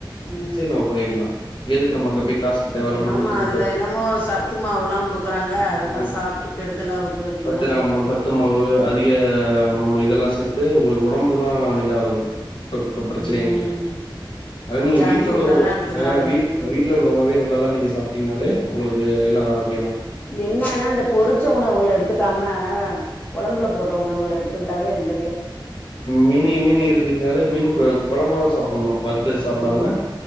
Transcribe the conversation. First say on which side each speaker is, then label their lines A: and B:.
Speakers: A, on the left (about 20°); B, on the left (about 70°).
A: ம்.
B: நம்ப பண்ணிறலாம் எதுக்கு நம்ம அங்க போயி காசு தேவையில்லாம
A: ஆமா.
B: கொடுத்துக்கிட்டு
A: அதுல என்னமோ சத்து மாவுல்லாம் குடுக்குறாங்க. அதெல்லாம்
B: உ
A: சாப்ட்டு கெடுதல் ஆவுது அப்டின்லாம்
B: சத்திர
A: கேள்விப்பட்
B: சத்து மாவு அதிக இதெல்லாம் சேர்த்து இது உங்களுக்கு உடம்புக்கு தான் இத ஆகுது இப்ப பிரச்சனை
A: ம்.
B: ஆயிட்டு இருக்கு அத நீங்க
A: ஜங்க்
B: வீட்டு
A: ஃபுட்
B: வீட்டுல உள்ள
A: எல்லாம் எடுத்துக்குறாங்க
B: ஏ
A: அதுக்கு போயி.
B: வீட்டுல உள்ள உணவே நல்லாதான் நீங்க சாப்பிட்டீங்கனாலே உங்களுக்கு நல்ல ஆரோக்
A: என்னான்னா இந்த பொரிச்ச உணவுகள எடுத்துக்காம குழம்புல போடுற உணவுகளை எடுத் சூடாவே இருந்
B: மீன மீன் எடுத்துனால மீன் குழம்பா வச்சு சாப்பிடணும் வறுத வறுத்து சாப்பிடாம
A: ம்,